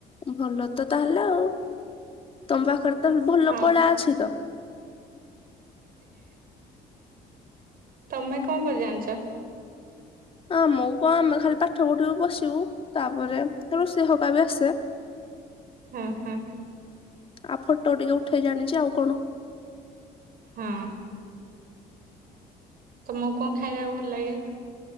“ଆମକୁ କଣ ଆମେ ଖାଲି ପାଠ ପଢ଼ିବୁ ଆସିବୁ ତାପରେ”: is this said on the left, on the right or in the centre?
Left